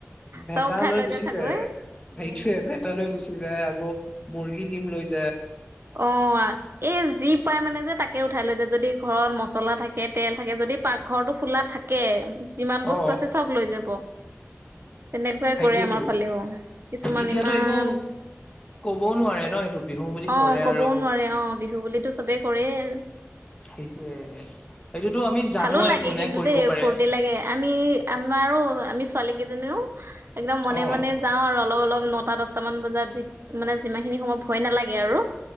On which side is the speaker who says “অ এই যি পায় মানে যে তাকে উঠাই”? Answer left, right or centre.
Right